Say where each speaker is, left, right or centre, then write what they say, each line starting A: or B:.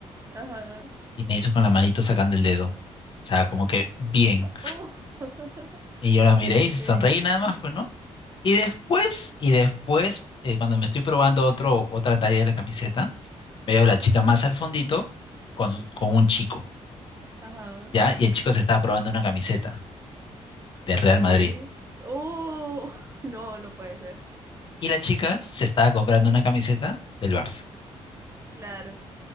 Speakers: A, on the right; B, on the left.
A: <laughs> Ajá.
B: y me hizo con la manito sacando el dedo. O sea, como que bien.
A: Oh, <laughs>
B: Y yo la miré y se
A: bien.
B: sonreí nada más, pues, ¿no? Y después, y después, eh, cuando me estoy probando otro, otra talla de la camiseta, veo a la chica más al fondito con, con un chico.
A: Ajá.
B: ¿ya? Y el chico se estaba probando una camiseta del
A: Ok.
B: Real Madrid.
A: Oh, <laughs> no, no puede ser.
B: Y la chica se estaba comprando una camiseta del Barça,
A: Claro.